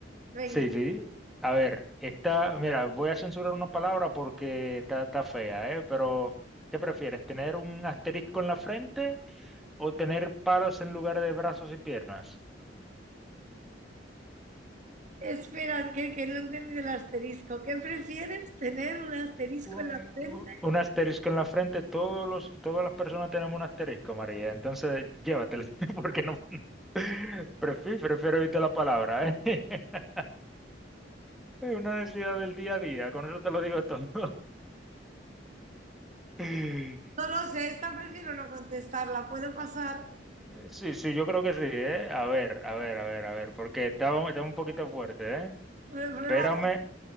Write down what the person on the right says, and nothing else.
Venga.
Espera, que, que no he entendido el asterisco. ¿Qué prefieres? ¿Tener un asterisco
en la frente?
No lo sé, esta prefiero no contestarla. ¿Puedo pasar?
Prueba.